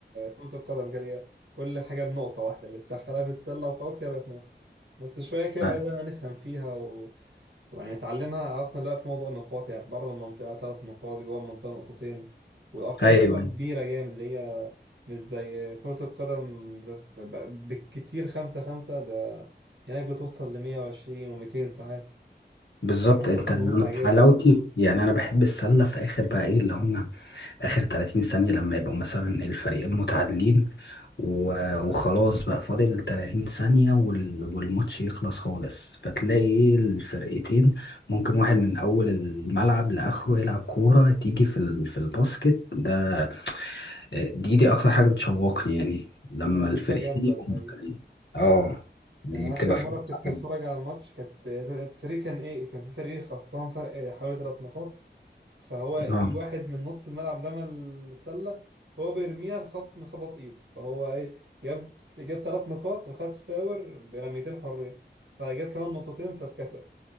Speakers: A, on the right; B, on the left.
A: كرة القدم كده اللي هي كل حاجة بنقطة واحدة اللي تدخلها في السلة وخلاص كده بقت نقطة بس شوية كده
B: آه،
A: بدأنا نفهم فيها و... ويعني نتعلمها عرفنا بقى في موضوع النقاط يعني بره المنطقة تلات نقاط جوه المنطقة نقطتين والأرقام
B: ايوه
A: فيها
B: أيوة.
A: كبيرة جامد اللي هي مش زي كرة القدم بت- ب- بالكتير خمسة خمسة ده هناك بتوصل لمية وعشرين وميتين ساعات
B: بالظبط
A: فبحس
B: انت
A: أصلا
B: أنا
A: بمتعة جامد
B: حلاوتي
A: في الموضوع
B: يعني انا بحب السله في اخر بقى ايه اللي هم اخر 30 ثانيه لما يبقوا مثلا الفريقين متعادلين و- وخلاص بقى فاضل 30 ثانيه وال- والماتش يخلص خالص فتلاقي ايه الفرقتين ممكن واحد من اول الملعب لاخره يلعب كوره تيجي في ال- في الباسكت ده دي دي اكتر حاجه بتشوقني يعني لما
A: هتبقى
B: الفرقتين
A: جامدة
B: يبقوا
A: الحقيقة
B: متكاملين اه دي
A: يعني
B: بتبقى
A: آخر
B: فعلا
A: مرة كنت
B: حاجة.
A: أتفرج على الماتش كانت الفريق كان إيه كان في فريق خسران فرق حوالي تلات نقاط فهو
B: اه
A: في واحد من نص الملعب رمى السلة هو بيرميها الخصم خبط إيده فهو إيه جاب جاب تلات نقاط وخد فاور برميتين حرية فجاب كمان نقطتين فكسب